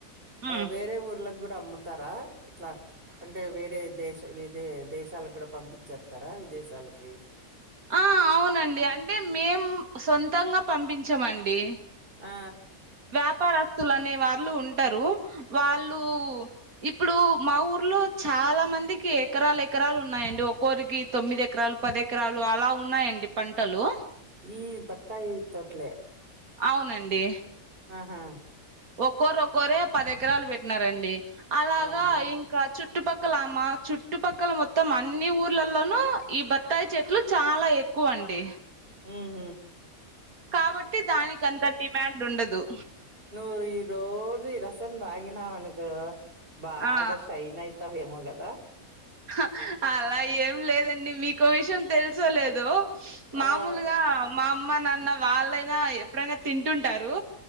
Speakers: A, on the right; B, on the right.
A: బ
B: మ్మ్
A: వేరే ఊర్లగ్ గ్గుడ అమ్ముతారా ఇట్లా అంటే వేరే దేశ వేే దేశాల గ్గుడ పంపిచ్చేత్తర విదేశాలకి
B: ఆ అవునండి అంటే మేం సొంతంగా పంపించమండి
A: ఆ
B: వ్యాపారస్తులు అనే వాళ్ళు ఉంటరూ వాళ్ళూ ఇప్పుడు మా ఊర్లో చాలా మందికి ఎకరాల్ ఎకరాల్ ఉన్నాయండి ఒక్కోరికి తొమ్మిదెకరాల్ పది ఎకరాలు అలా ఉన్నాయండి పంటలు
A: ఈ బత్తాయి తోట్లే
B: అవునండి
A: ఆహా
B: ఒక్కోరొక్కోరే పదెకరాలు వెట్నారండి అలాగా
A: వామ్మో
B: ఇం క చుట్టుపక్కల మా చుట్టుపక్కల మొత్తం అన్ని ఊర్లల్లోనూ ఈ బత్తాయి చెట్లు చాలా ఎ క్కువండి
A: ఊహు
B: కాబట్టి దానికంత డిమ్యాండుండదు
A: నువ్వ్ ఈ రోజు ఈ రసం దాగినావనుకో బాగా
B: ఆ
A: షైనై తావేమొ గదా
B: హా అలా ఏం లేదండి మీకో విషయం తెల్సోలేదో మామొలుగా
A: ఆ
B: మా అమ్మ నాన్న వాళ్ళైనా ఎప్పుడైనా తింటుంటారు